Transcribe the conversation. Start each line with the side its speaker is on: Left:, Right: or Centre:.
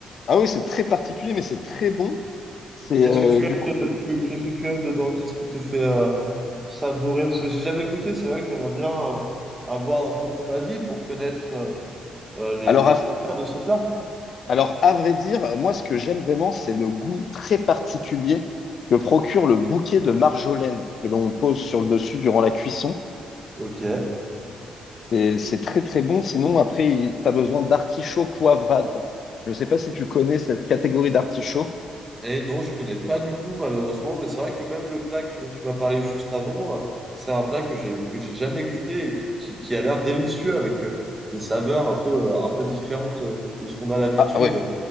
Left: Ah oui, c'est très particulier, mais c'est très bon. C'est
Right: Qu'est-ce
Left: euh,
Right: que tu
Left: du
Right: aimes,
Left: coup.
Right: de- tu- qu'est-ce que tu aimes dedans? Qu'est-ce qui te fait euh, savourer? Parce que j'ai jamais goûté, c'est vrai que j'aimerais bien euh, avoir un peu ton avis pour connaître euh, euh, les,
Left: Alors
Right: les saveurs
Left: à,
Right: de ce plat.
Left: alors à vrai dire, moi ce que j'aime vraiment, c'est le goût très particulier que procure le bouquet de marjolaine que l'on pose sur le dessus durant la cuisson.
Right: Ok.
Left: C'est c'est très très bon. Sinon après, tu as besoin d'artichauts poivrades. Je sais pas si tu connais cette catégorie d'artichauts.
Right: Et non, je connais pas du tout, malheureusement, mais c'est vrai que même le plat dont tu m'as parlé juste avant, euh, c'est un plat que j'ai que j'ai jamais goûté et qui, qui a l'air délicieux avec euh, des saveurs un peu euh, un peu différentes euh, de ce qu'on a l'habitude.
Left: Ah ah ouais.